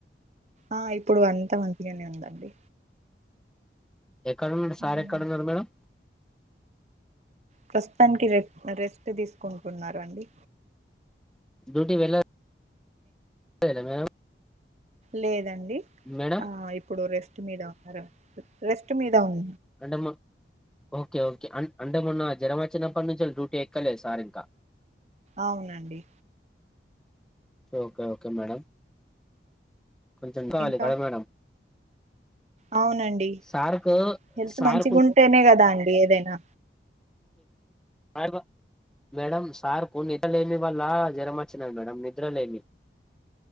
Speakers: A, on the right; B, in the centre.
A: ఆ ఇప్పుడు అంతా మంచిగానే ఉందండి
B: ఎక్కడ ఉన్నాడు
A: హ్మ్.
B: సార్ ఎక్కడ ఉన్నారు మేడం
A: ప్రస్తుతానికి రె రెస్ట్ తీసుకుంటున్నారు అండి
B: డ్యూటీకి వెళ్ళలే <inaudible> మేడం
A: లేదండి
B: మేడం
A: ఆ ఇప్పుడు రెస్ట్ మీద ఉన్నారు రెస్ట్ మీద ఉం
B: అంటే మా ఓకే ఓకే అం అంటే మొన్న జరంమాచ్చినప్పటి నుంచేలి డ్యూటీ ఎక్కలేదు సార్ ఇంకా
A: అవునండి
B: ఓకే ఓకే మేడం కొంచెం కావాలి
A: ఇంకా
B: కదా మేడం
A: అవునండి
B: సార్కు
A: హెల్త్
B: సార్కు
A: మంచిగుంటేనే కదా అం డి ఏదైనా
B: <unintelligible> మేడం సార్‌కు నిద్రలేమి వల్ల జ్వరం వచ్చినాది మేడం నిద్రలేమి